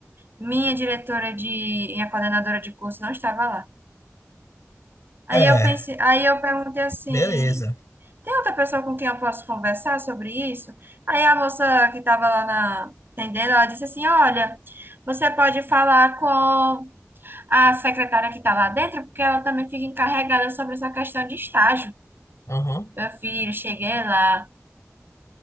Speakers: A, on the right; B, on the left.
A: minha diretora de, minha coordenadora de curso não estava lá. Aí
B: É,
A: eu pensei, aí eu perguntei assim,
B: beleza.
A: tem outra pessoa com quem eu posso conversar sobre isso? Aí a moça que estava lá na atendendo, ela disse assim, olha, você pode falar com a secretária que está lá dentro, porque ela também fica encarregada sobre essa questão de estágio.
B: Aham,
A: Meu filho, cheguei lá.